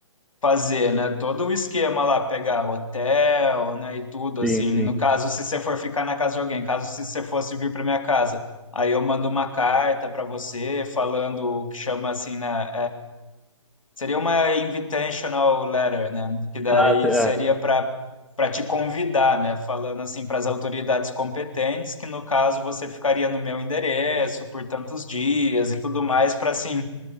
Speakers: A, on the left; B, in the centre.
A: fazer, né, todo o esquema lá, pegar hotel, né, e tudo
B: sim,
A: assim.
B: sim.
A: No caso, se você for ficar na casa de alguém, caso se você fosse vir para minha casa, aí eu mando uma carta para você falando o que chama assim, né, Seria uma invitational letter, né? Que daí
B: Ah, t- é,
A: seria para para te convidar, né? Falando assim para as autoridades competentes, que no caso você ficaria no meu endereço por tantos dias e tudo mais, para assim